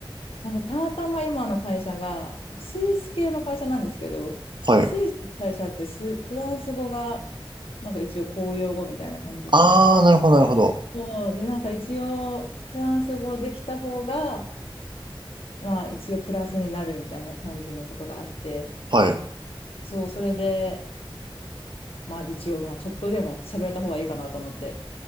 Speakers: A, on the left; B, on the right.
A: なんかたまたま今の会社が、なんかスイス系の会社なんですけど、
B: はい。
A: まあスイスの会社ってス、フランス語が、なんか一応公用語みたいな感じで、
B: あー、なるほど、なるほど。
A: そう、で、なんか一応、フランス語できた方が、まあ一応プラスになるみたいな感じのことがあって、
B: はい。
A: そう、それで、まあ一応、まあちょっとでも喋れた方がいいかなと思って、